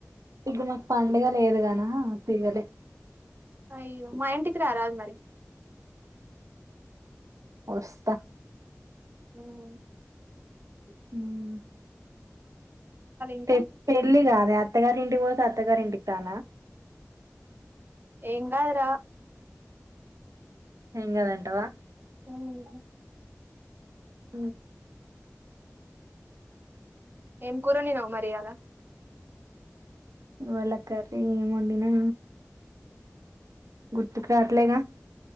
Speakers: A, on the right; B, on the right.
A: ఇక మాకు పండుగ లేదుగానా తిరగలే
B: అయ్యో మా ఇంటికి కి రారదు మరి
A: వస్తా
B: మ్మ్ హు
A: ఉమ్.
B: ఇంకా
A: పె పెళ్ళి కాదే అత్తగారింటికి పోతే అత్తగారింటికి రానా
B: ఏం గాద్ రా
A: ఏం గాదంటావా
B: మ్మ్
A: ఓ
B: ఏం కూర వండినవు మరి ఇయాల
A: ఇవ్వాళ కర్రీ ఏం వండినా గుర్తుకు రావట్లేదా